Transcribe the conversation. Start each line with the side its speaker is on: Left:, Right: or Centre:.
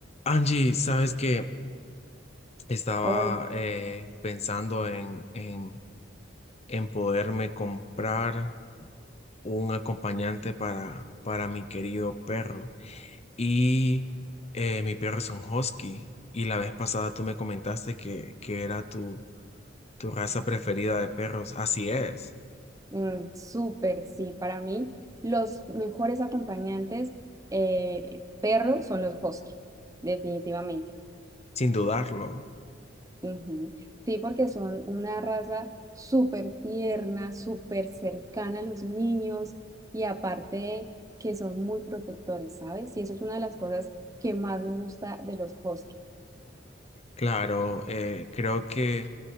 Left: Angie, sabes que estaba
Right: Hola,
Left: eh, pensando en, en, en poderme comprar un acompañante para, para mi querido perro. Y eh, mi perro es un husky. Y la vez pasada tú me comentaste que, que era tu, tu raza preferida de perros. Así es,
Right: mm, súper, sí, para mí los mejores acompañantes eh, perro son los husky, definitivamente.
Left: sin dudarlo.
Right: Ujú. Sí, porque son una raza súper tierna, súper cercana a los niños y aparte que son muy protectores, ¿sabes? Y eso es una de las cosas que más me gusta de los husky.
Left: Claro, eh, creo que